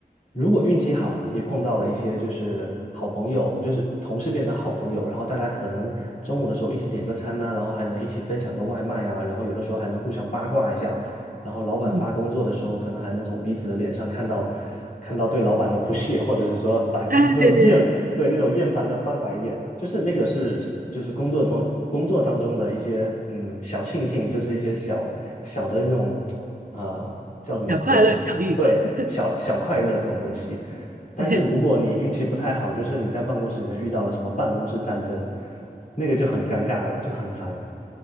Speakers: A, on the left (about 55°); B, on the right (about 60°).
A: 如果运气好，你碰到了一些就是好朋友，就是同事变成好朋友，然后大家可能中午的时候一起点个餐呐、然后还能一起分享个外卖啊，然后有的时候还能互相八卦一下，然后老板发工作的时候，
B: 嗯，
A: 可能还能从彼此的脸上看到看到对老板的不屑，或者是说反那种厌对，
B: <laughs> 哎，对对对，
A: 那种厌烦的翻白眼，就是那个是就是工作中工作当中的一些嗯小庆幸，就是一些小小的那种啊、呃叫什么怎么说？
B: 小快乐，小愉快。
A: 对，小小快乐这种东西。但是如果你运气不太好，
B: <laughs>
A: 就是你在办公室里面遇到了什么办公室战争，那个就很尴尬了，就很烦。